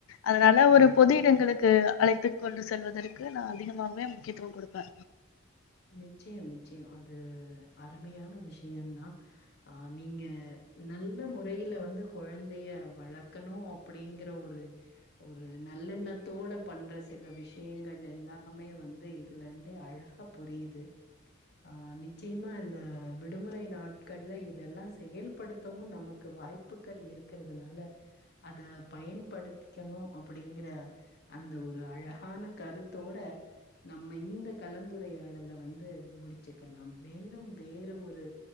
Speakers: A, on the left (about 75°); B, on the left (about 55°).
A: அதனால ஒரு
B: ஆமா
A: பொது
B: ஆமா
A: இடங்களுக்கு
B: ஆமா
A: அழைத்துக் கொண்டு செல்வதற்கு நா அதிகமாகவே முக்கியத்துவ குடுப்பே
B: நிச்சயம் நிச்சயம் அது அருமையான விஷயந்தா ஆ நீங்க நல்ல முறையில வந்து குழந்தைய வளக்கணு அ ப்படிங்கற ஒரு ஒரு நல்லெண்ணத்தோட பண்ற சில விஷயங்கள் எல்லாமே வந்து இதுலெந்து அழகா புரியிது ஆ நிச்சயமா இந்த விடுமுறை நாட்கள்ல இதெல்லா செயல்படுத்தவு நமக் கு வாய்ப்புக்கள் இருக்கிறதுனால அத பயன்படுத்திக்கெணு அப்படிங்கிற அந்த ஒரு அழகான கருத்தோட நம்ம இந்த கலந்துரையா யடல்ல வந்து முடிச்சுக்கலாம் மேலும் வேற ஒரு